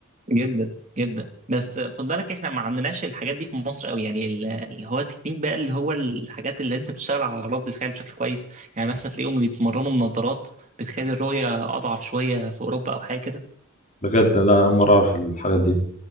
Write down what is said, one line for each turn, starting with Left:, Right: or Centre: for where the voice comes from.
Right: جدا جدا بس خد بالك احنا ما عندناش الحاجات دي في مصر قوي يعني ال- اللي هو التكنيك بقى اللي هو الحاجات اللي انت بتشتغل على رد الفعل بشكل كويس يعني مثلا تلاقيهم بيتمرنوا بنظارات بتخلي الرؤية اضعف شوية في اوروبا او حاجة كده
Left: بجد لا أول مرة اعرف الحاجات دي